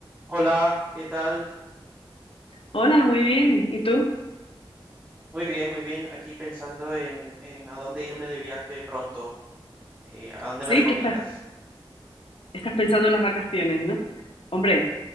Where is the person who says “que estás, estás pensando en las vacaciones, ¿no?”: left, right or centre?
Left